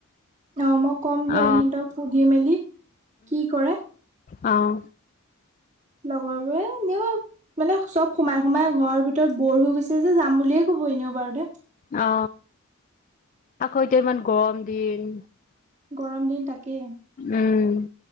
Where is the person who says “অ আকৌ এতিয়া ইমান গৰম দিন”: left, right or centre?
Left